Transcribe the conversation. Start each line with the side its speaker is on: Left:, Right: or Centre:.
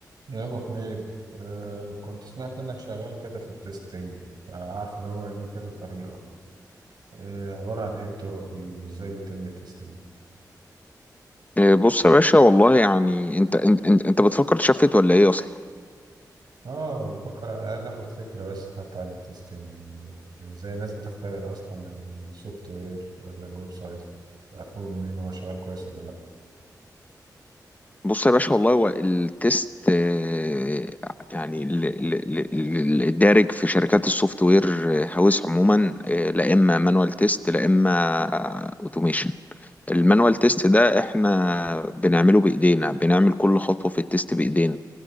Right: يا ابو حميد آه كنت سمعت انك شغال كده في التستنج فعارف ان هو ليه كذا طريقه آه عباره عن ايه الطرق دي وازاي بيتم التستنج
Left: إيه، بص يا باشا والله يعني انت انت انت انت بتفكر تشفت ولا ايه اصلا
Right: اه بفكر على الاقل اخد فكره بس حتى عن التستنج آه، ازاي الناس بتختبر اصلا السوفت وير ولا الويب سايت عارفه منين هو شغال كويس ولا لا
Left: بص يا باشا والله هو التيست آه، يعني ال- ال- ال- ال- الدارج في شركات السوفت وير هاوس عموما آه، لا اما مانوال تيست لا اما اوتوميشن المانوال تيست ده احنا بنعمله بايدينا بنعمل كل خطوة في التيست بايدينا